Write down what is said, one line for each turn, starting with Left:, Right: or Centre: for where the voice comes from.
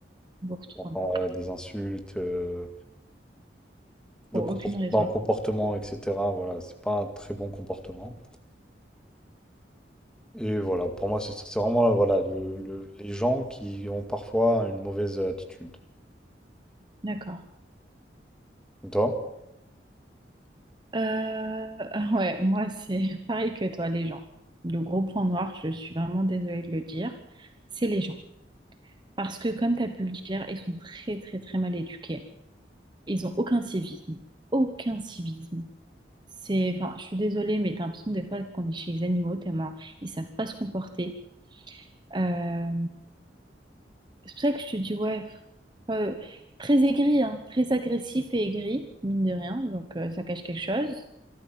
Right: beaucoup trop.
Centre: on entend, euh, des insultes, euh, le
Right: Pour
Centre: compor-
Right: aucune raison.
Centre: dans le comportement, etc. Voilà, c'est pas un très bon comportement. Et voilà, pour moi, c'est ça. C'est vraiment, euh, voilà, le- le- les gens qui ont parfois une mauvaise attitude.
Right: D'accord.
Centre: Et Toi?
Right: Euh, <laughs> ah ouais, moi c'est <laughs> pareil que toi, les gens. Le gros point noir, je suis vraiment désolée de le dire, c'est les gens. Parce que comme tu as pu le dire, ils sont très très très mal éduqués. Ils ont aucun civisme. Aucun civisme. C'est, enfin, je suis désolée, mais t'as l'impression des fois qu'on est chez les animaux, tellement ils savent pas se comporter. Euh, c'est pour ça que je te dis, ouais, pff, euh, très aigri, hein, très agressif et aigri, mine de rien, donc euh, ça cache quelque chose.